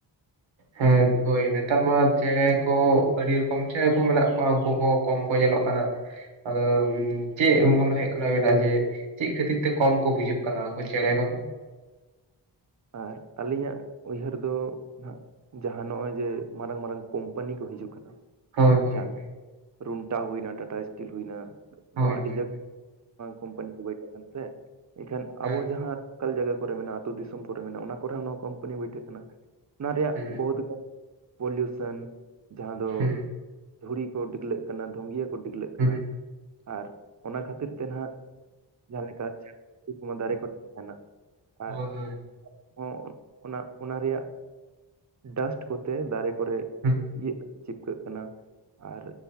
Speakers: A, on the right (about 40°); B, on the right (about 90°).
A: <inaudible>
B: ᱦᱮᱸ ᱦᱳᱭ ᱱᱮᱛᱟᱨ ᱢᱟ ᱪᱮᱬᱮ ᱠᱚ ᱟᱹᱰᱤ ᱨᱚᱠᱚᱢ ᱪᱮᱬᱮ ᱠᱚ ᱢᱮᱱᱟᱜ ᱠᱚᱣᱟ ᱩᱱᱠᱩ ᱦᱚᱸ ᱠᱚᱢ ᱠᱚ ᱧᱮᱞᱚᱜ ᱠᱟᱱᱟ ᱟᱫᱚ ᱪᱮᱫ ᱢᱚᱱᱮ ᱦᱳᱭᱳᱜ ᱠᱟᱱᱟ ᱟᱵᱮᱱᱟᱜ ᱡᱮ ᱪᱮᱫ ᱠᱷᱟᱹᱛᱤᱨ ᱛᱮ ᱠᱚᱢ ᱠᱚ ᱵᱩᱡᱩᱜ ᱠᱟᱱᱟ ᱩᱱᱠᱩ ᱪᱮᱬᱮ ᱠᱚᱫᱚ?
A: ᱟᱨ ᱟᱹᱞᱤᱧᱟᱜ ᱩᱭᱦᱟᱹᱨ ᱫᱚ ᱱᱟᱦᱟᱜ ᱡᱟᱦᱟᱸ ᱱᱚᱜᱼᱚᱭ ᱡᱮ ᱢᱟᱨᱟᱝ ᱢᱟᱨᱟᱝ ᱠᱳᱢᱯᱟᱱᱤ ᱠᱚ ᱦᱤᱡᱩᱜ ᱠᱟᱱᱟ
B: ᱦᱳᱭ ᱦᱳᱭ
A: ᱪᱟᱞ
B: ᱦᱳᱭ
A: ᱨᱩᱱᱴᱟ ᱦᱩᱭᱱᱟ ᱴᱟᱴᱟ ᱥᱴᱤᱞ ᱦᱩᱭᱱᱟ
B: ᱦᱳᱭ
A: ᱱᱚᱣᱟ ᱟᱹᱰᱤ
B: ᱦᱳᱭ
A: ᱠᱳᱢᱯᱟᱱᱤ ᱠᱚ ᱵᱟᱹᱭᱰᱚᱜ ᱠᱟᱱᱟ ᱥᱮ ᱤᱠᱷᱟᱹᱱ
B: ᱦᱮᱸ
A: ᱟᱵᱚ ᱡᱟᱦᱟᱸᱼᱼ ᱞᱚᱠᱟᱞ ᱡᱟᱭᱜᱟ ᱠᱚᱨᱮ ᱢᱮᱱᱟᱜᱼᱟ ᱟᱹᱛᱩ ᱫᱤᱥᱚᱢ ᱠᱚᱨᱮ ᱢᱮᱱᱟᱜᱼᱟ ᱚᱱᱟ ᱠᱚᱨᱮ ᱦᱚᱸ ᱱᱚᱣᱟ ᱠᱳᱢᱯᱟᱱᱤ ᱵᱟᱹᱭᱴᱷᱟᱹᱜ ᱠᱟᱱᱟ ᱚᱱᱟ ᱨᱮᱭᱟᱜ
B: ᱦᱩᱸ
A: ᱵᱚᱦᱩᱛ ᱜᱟᱱ ᱯᱚᱞᱩᱭᱩᱥᱚᱱ ᱡᱟᱦᱟᱸ ᱫᱚ
B: ᱦᱩᱸ
A: ᱫᱷᱩᱲᱤ ᱠᱚ ᱰᱤᱠᱞᱟᱹᱜ ᱠᱟᱱᱟ ᱫᱷᱩᱜᱤᱭᱟᱹ ᱠᱚ ᱰᱤᱜᱽᱞᱟᱹᱜ ᱠᱟᱱᱟ
B: ᱦᱩᱸ
A: ᱟᱨ ᱚᱱᱟ ᱠᱷᱟᱹᱛᱤᱨ ᱛᱮ ᱱᱟᱦᱟᱜ ᱡᱟᱦᱟᱸ ᱞᱮᱠᱟ ᱫᱟᱨᱮ ᱠᱚ ᱴᱷᱤᱠ ᱛᱟᱦᱮᱱᱟ
B: ᱦᱳᱭ
A: ᱟᱨ
B: ᱦᱳᱭ
A: ᱦᱚᱸ ᱚᱱᱟ ᱚᱱᱟ ᱨᱮᱭᱟᱜ ᱰᱟᱥᱴ ᱠᱚᱛᱮ ᱫᱟᱨᱮ ᱠᱚ ᱠᱚᱨᱮ
B: ᱦᱩᱸ
A: ᱤᱭᱟᱹᱜ ᱠᱟᱱᱟ ᱪᱤᱯᱠᱟᱹᱜ ᱠᱟᱱᱟ ᱟᱨ